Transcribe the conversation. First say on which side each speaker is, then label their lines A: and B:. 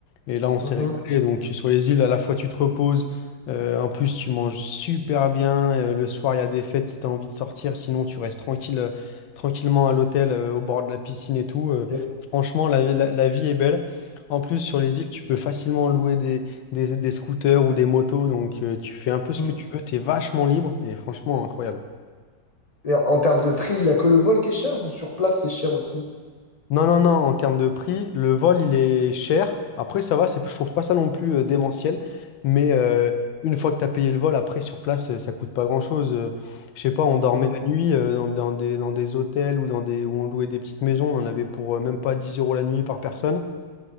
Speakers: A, on the left; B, on the left.
A: Et là, on s'est
B: Mhm.
A: régalé. Donc, sur les îles, à la fois, tu te reposes. euh, en plus, tu manges super bien. euh, le soir, il y a des fêtes si tu as envie de sortir. Sinon, tu restes tranquille, euh, tranquillement à l'hôtel, euh, au bord de la piscine et tout. euh,
B: Ok.
A: franchement, la, la- la vie est belle. En plus, sur les îles, tu peux facilement louer des, des, des scooters ou des motos. Donc, euh, tu fais un peu ce
B: Mhm.
A: que tu veux. Tu es vachement libre. Et franchement, incroyable.
B: Et en termes de prix, il n'y a que le vol qui est cher ou sur place c'est cher aussi?
A: Non, non, non, en termes de prix, le vol, il est cher. Après, ça va, c'est, je trouve pas ça non plus euh, démentiel. Mais euh, une fois que tu as payé le vol, après, sur place, euh, ça coûte pas grand-chose. Euh, je sais pas, on dormait
B: Ok.
A: la nuit euh, dans, dans des, dans des hôtels ou dans des, où on louait des petites maisons. On en avait pour euh, même pas 10 euros la nuit par personne.